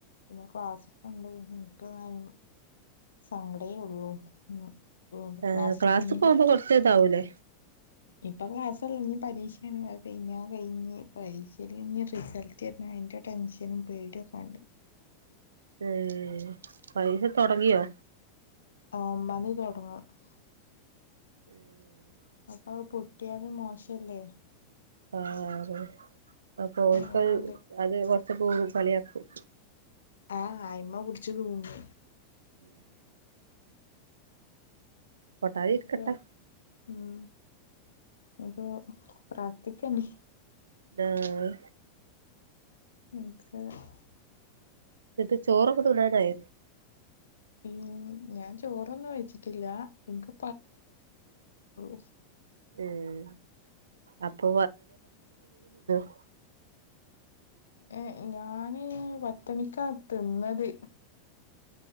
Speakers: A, on the left; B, on the right.
A: പിന്നെ ക്ലാസ്സ്‌ പോകണ്ട് എന്ക്ക്ന് സങ്കടെ ഉള്ളു ഉം ഉം
B: ആഹ്
A: ക്ലാസ്സിലിനി
B: ക്ലാസ് പോകുമ്പോ കൊറച്ച് ഇതാവൂല്ലേ
A: ഇപ്പൊ ക്ലാസ് <unintelligible> പരീക്ഷയണ കഴിഞ്ഞാ കഴിഞ്ഞ് പരീക്ഷയി ഇനി റിസ <unintelligible> അയിൻ്റെ ടെൻഷനും പേടിയൊക്കെണ്ട്
B: <unintelligible> തൊടങ്ങിയോ
A: <unintelligible>
B: <inaudible>
A: അപ്പ അഹ് പൊട്ടിയാല് മോശാല്ലേ
B: <unintelligible>
A: അങ്ങനെണ്ട്
B: കളിയാക്കും
A: ആഹ് അയ്മേ പുഡ്ച് തൂങ്ങും
B: <inaudible> പൊട്ടാതിരിക്കട്ടെ
A: <unintelligible> ഉം <unintelligible> പ്രാർത്ഥിക്കണേ
B: ആഹ്
A: <unintelligible>
B: <unintelligible> ചോറൊക്കെ <unintelligible>
A: ഉം ഞാൻ ചോറന്നും വെച്ചിട്ടില്ല എനിക്ക് <unintelligible>
B: ഉം അപ്പൊ <unintelligible>
A: യെ ഞാന് <unintelligible> തിന്നാത്